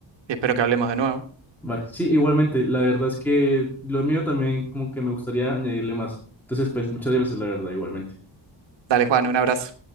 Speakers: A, on the right; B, in the centre.
A: y espero que hablemos de nuevo.
B: Va, Sí, igualmente, la verdad es que lo mío también como que me gustaría añadirle más. Entonces, pues, muchas gracias, la verdad, igualmente.
A: Dale, Juan, un abrazo.